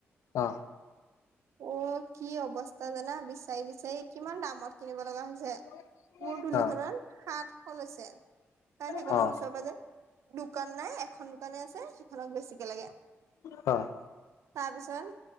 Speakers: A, on the left; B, on the right.
A: অহ।
B: অ, কি অৱস্থা জানা? বিচাৰি বিচাৰি কিমান দামত কিনিব লগা হৈছে।
A: <unintelligible>
B: মোৰ তুলিখনত
A: অ
B: সাতশ লৈছে। কাৰণ সেইখনৰ
A: অ',
B: ওচৰ-পাজৰে দোকান নাই। এখন দোকানে আছে, সিখনক বেছিকে লাগে।
A: অ',
B: তাৰপিছত